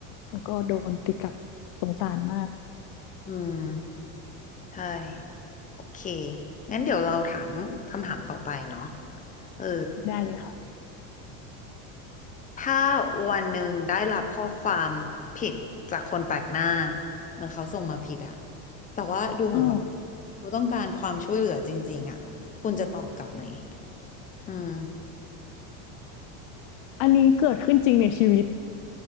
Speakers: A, on the left; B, on the left.
A: แล้วก็โดนตีกลับสงสารมาก
B: อืมใช่โอเคงั้นเดี๋ยวเราถามคำถามต่อไปเนาะเออ
A: ได้เลยค่ะ
B: ถ้าวันหนึ่งได้รับข้อความผิดจากคนแปลกหน้าเหมือนเขาส่งมาผิดอะแต่ว่าดูเหมือนว่า
A: อ๋อ
B: เขาต้องการความช่วยเหลือจริงๆอะคุณจะตอบกลับไหม อืม
A: อันนี้เกิดขึ้นจริงในชีวิต